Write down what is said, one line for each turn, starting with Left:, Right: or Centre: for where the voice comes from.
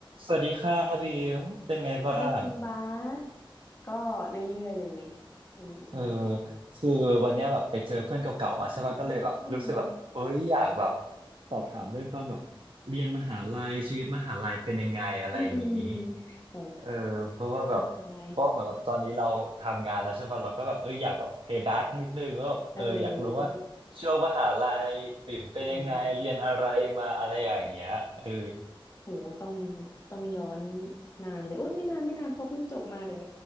Right: สวัสดีค่ะบีมเป็นไงบ้าง
Left: สวัสดีคุณบาสก็เรื่อยๆเลยอืม
Right: เออคือวันเนี้ยแบบไปเจอเพื่อนเก่าๆมาใช่ป่ะก็เลยแบบรู้สึกแบบเอ้ยอยากแบบ
Left: อืม
Right: สอบถามเรื่องตอนแบบเรียนมหาลัยชีวิตมหาลัยเป็นยังไงอะไรอย่างนี้
Left: อืมอืมโห
Right: เออเพราะว่าแบบเพราะเหมือนกับตอนนี้เราทำงานแล้วใช่ป่ะเราก็แบบเอออยากแบบ
Left: มหาลัย
Right: pay back นิดนึงก็เอออยากรู้ว่า
Left: เออ
Right: ช่วงมหาลัยบิ่มเป็นยังไงเรียนอะไรมาอะไรอย่างเงี้ยเออ
Left: อ่า โหต้องต้องย้อนนานเลยโอ้ย ไม่นานไม่นานเพอเพิ่งจบมาเดี๋ยว